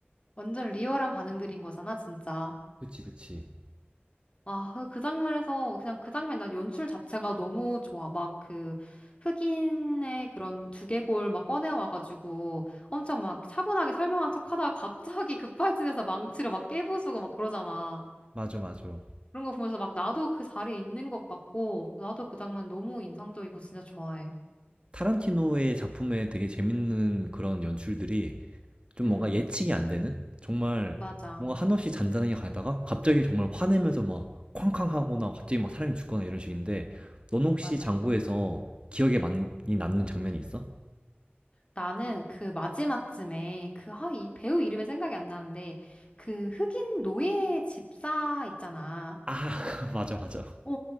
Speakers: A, on the left; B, on the right.
A: 완전 리얼한 반응들인 거잖아, 진짜.
B: 그치, 그치.
A: 아, 그, 그 장면에서, 그냥 그 장면, 난 연출 자체가 너무 좋아. 막 그, 흑인의 그런 두개골 막 꺼내와가지고 엄청 막 차분하게 설명한 척 하다가 갑자기 급발진해서 망치를 막 깨부수고 막 그러잖아.
B: 맞아, 맞아.
A: 그런 거 보면서 막 나도 그 자리에 있는 것 같고, 나도 그 장면 너무 인상적이고 진짜 좋아해.
B: 타란티노의 작품에 되게 재밌는 그런 연출들이 좀
A: 응,
B: 뭔가 예측이 안 되는? 정말
A: 맞아,
B: 뭔가 한없이 잔잔하게 가다가 갑자기 정말 화내면서 막 쾅쾅 하거나 갑자기 막 사람이 죽거나 이런 식인데 넌 혹시
A: 맞아.
B: 장고에서 기억에 많이 남는 장면이 있어?
A: 나는 그 마지막쯤에 그, 아, 이 배우 이름이 생각이 안 나는데, 그 흑인 노예 집사 있잖아.
B: 아, <laughs> 맞아, 맞아.
A: 어,